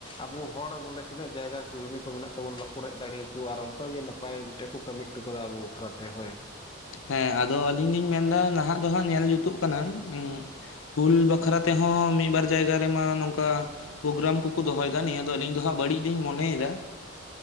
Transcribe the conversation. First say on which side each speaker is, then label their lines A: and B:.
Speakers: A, on the left; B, on the left.
A: ᱟᱵᱚ ᱦᱚᱲ ᱵᱚᱞᱮ ᱛᱤᱱᱟᱹᱜ ᱡᱟᱭᱜᱟ ᱠᱚ <inaudible> ᱢᱮᱱᱟᱜ ᱛᱟᱵᱚᱱ ᱵᱟᱠᱚ ᱨᱮᱡ ᱫᱟᱲᱮ ᱟᱠᱚᱣᱟ ᱟᱨ ᱚᱱᱠᱟᱜᱮ ᱱᱟᱯᱟᱭ ᱢᱤᱫᱴᱮᱡ ᱠᱚ ᱠᱟᱹᱢᱤ ᱦᱚᱴᱚ ᱟᱠᱟᱫᱟ ᱟᱵᱚ ᱵᱷᱟᱨᱚᱛ ᱨᱮ ᱦᱳᱭ
B: ᱦᱮᱸ ᱟᱫᱚ ᱟᱞᱤᱧ ᱞᱤᱧ ᱢᱮᱱᱫᱟ ᱱᱟᱦᱟᱜ ᱫᱚ ᱦᱟᱸᱜ ᱧᱮᱞ ᱡᱩᱛᱩᱜ ᱠᱟᱱᱟ᱾ ᱩᱸ ᱦᱩᱞ ᱵᱟᱠᱷᱨᱟ ᱛᱮᱦᱚᱸ ᱢᱤᱫ ᱵᱟᱨ ᱡᱟᱭᱜᱟ ᱨᱮᱢᱟ ᱱᱚᱝᱠᱟ ᱯᱨᱳᱜᱨᱟᱢ ᱠᱚ ᱠᱚ ᱫᱚᱦᱚᱭᱮᱫᱟ ᱱᱤᱭᱟᱹ ᱫᱚ ᱟᱹᱞᱤᱧ ᱫᱚ ᱦᱟᱸᱜ ᱵᱟᱹᱲᱤᱡ ᱞᱤᱧ ᱢᱚᱱᱮᱭᱮᱫᱟ᱾